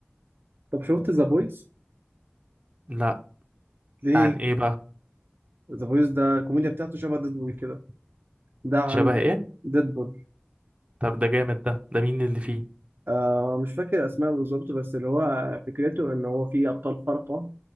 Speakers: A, on the right (about 55°); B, on the right (about 30°).
A: طب شفت ذا بويز
B: لا
A: ليه
B: ده عن إيه بقى
A: ذا بويز ده الكوميديا بتاعته شبه ديدبول كده ده عن
B: شبه إيه
A: ديدبول
B: طب ده جامد ده ده مين اللي فيه
A: آه مش فاكر اسماء بالظبط بس اللي هو فكرته ان هو في ابطال خارقة